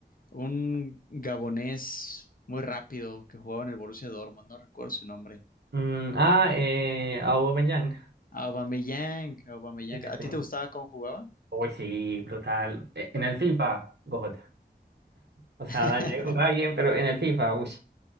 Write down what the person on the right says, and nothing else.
Mm, ah, eh, Aubameyang.
Sí, sí,
sí.
Uy, sí, brutal. E- En el FIFA, God. O
sea, dale, jugaba bien, pero en el FIFA, uy.